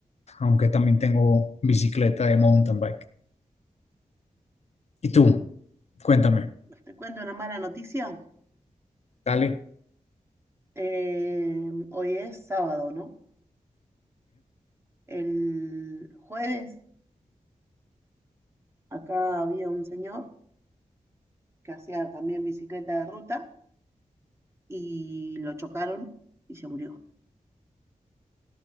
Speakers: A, on the left; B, on the right.
A: aunque también tengo bicicleta de mountain bike. ¿Y tú? Cuéntame,
B: te cuento una mala noticia.
A: dale.
B: Eh, hoy es sábado, ¿no? El jueves acá había un señor que hacía también bicicleta de ruta y lo chocaron y se murió.